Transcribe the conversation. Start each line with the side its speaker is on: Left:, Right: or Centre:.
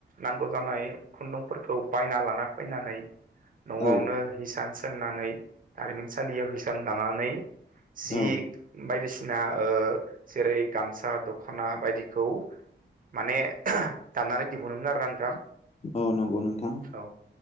Right: नांगौ जानाय खुन्दुंफोरखौ बायना लाना फैनानै न'आवनो
Left: औ
Right: हिसान सोंनानै हारिमिनसालियाव हिसान लानानै जि
Left: औ
Right: बायदिसिना जेरै गामसा दखना बायदिखौ माने दाननानै दिहुनोमोन आरोना नोंथां
Left: औ नंगौ नोंथां
Right: औ